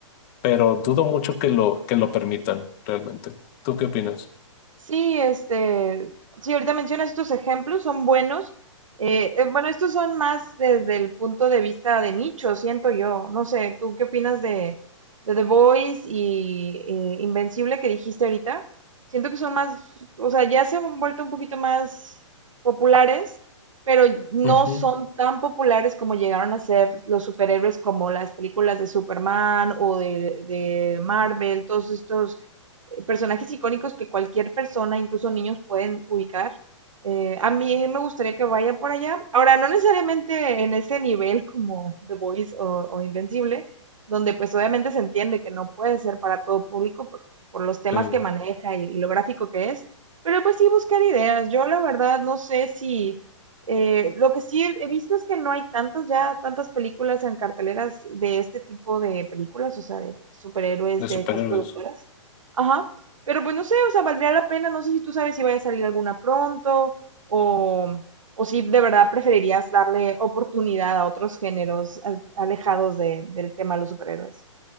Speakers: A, on the left; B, on the right.
A: pero dudo mucho que lo, que lo permitan realmente. ¿Tú qué opinas?
B: Sí, este, sí, ahorita mencionas estos ejemplos, son buenos. Eh, eh, bueno, estos son más desde el punto de vista de nicho, siento yo. No sé, ¿tú qué opinas de, de The Voice y eh, Invencible que dijiste ahorita? Siento que son más, o sea, ya se han vuelto un poquito más populares, pero no
A: Ujú,
B: son tan populares como llegaron a ser los superhéroes como las películas de Superman o de, de Marvel, todos estos eh, personajes icónicos que cualquier persona, incluso niños, pueden ubicar. Eh, a mí me gustaría que vaya por allá. Ahora, no necesariamente en ese nivel como The Voice o, o Invencible, donde pues obviamente se entiende que no puede ser para todo público por, por los temas
A: De,
B: que maneja y, y lo gráfico que es, pero pues sí buscar ideas. Yo la verdad no sé si... eh, lo que sí he he visto es que no hay tantas ya, tantas películas en carteleras de este tipo de películas, o sea, de superhéroes
A: de
B: de
A: superhéroes.
B: estas productoras. Ajá. Pero pues no sé, o sea, valdría la pena. No sé si tú sabes si vaya a salir alguna pronto o, o si de verdad preferirías darle oportunidad a otros géneros al- alejados de- del tema de los superhéroes.